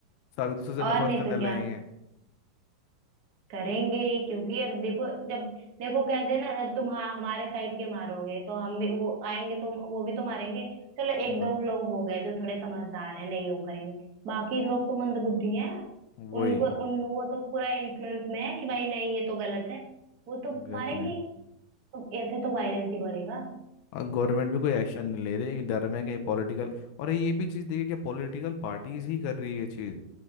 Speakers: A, on the left; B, on the right.
A: सब एक दूसरे से
B: और
A: नफरत
B: नहीं
A: करने
B: तो
A: लगेंगे
B: क्या करेंगे ही क्योंकि अब देखो जब देखो कहते हैं ना जब तुम हाँ हमारे साइड के मारोगे तो हम भी वो आएंगे तो वो भी तो मारेंगे चलो एक
A: वह-
B: दो लोग हो गए जो थोड़े समझदार हैं नहीं वो करेंगे बाकी लोग तो मंदबुद्धि हैं
A: वही
B: उनको उन वो तो पूरा इन्फ्लुएंस में है कि भाई नहीं ये तो गलत है वो तो
A: एग्जैक्टली
B: मारेंगे ही। तो ऐसे तो वायलेंस ही बढ़ेगा
A: और गवर्नमेंट भी कोई एक्शन नहीं ले रही डर में कहीं पॉलिटिकल और ये भी चीज़ देखिए क्या पॉलिटिकल पार्टीज ही कर रही है ये चीज़